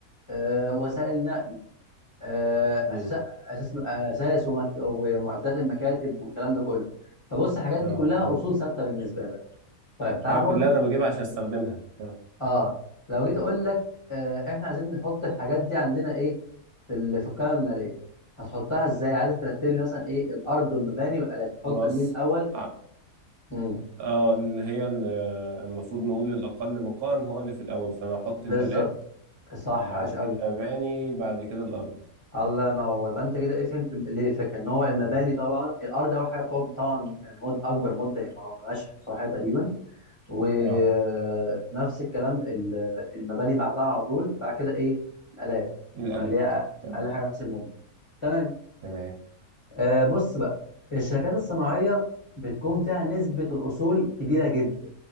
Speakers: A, on the left; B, on the right.
A: آه وسائل نقل آه
B: مم.
A: أساس أساس أساس ومكت- ومعدات المكاتب والكلام ده كله فبص الحاجات
B: اه
A: دي كلها
B: تمام
A: أصول ثابتة بالنسبة لك طيب تعال
B: هي
A: برضو
B: كلها انا بجيبها عشان استخدمها آه.
A: اه لو جيت اقول لك آه احنا عايزين نحط الحاجات دي عندنا ايه في ال- في القائمه الماليه هتحطها ازاي عايز ترتب لي مثلا ايه الارض والمباني والالات تحط
B: خلاص
A: مين الاول
B: اه
A: امم
B: آه، اللي هي ال- المفروض نقول الاقل بقاء هو اللي في الاول فانا احط
A: بالظبط
B: الالات
A: صح
B: بعد
A: عاش
B: كده
A: قوي
B: مباني بعد كده الارض
A: الله ينور يبقى انت كده ايه فهمت ليه الفكره ان هو المباني
B: مم.
A: طبعا الارض اول حاجه بتقعد طبعا يعني مد اكبر مده يعني ما ملهاش صحيح تقريبا ونفس
B: اه
A: الكلام ال- المباني بعدها على طول بعد كده ايه الالات
B: الالات
A: اللي هي
B: تمام
A: اقل حاجه بحيث المده تمام
B: تمام
A: آه بص بقى الشركات الصناعية بتكون فيها نسبة الأصول كبيرة جدا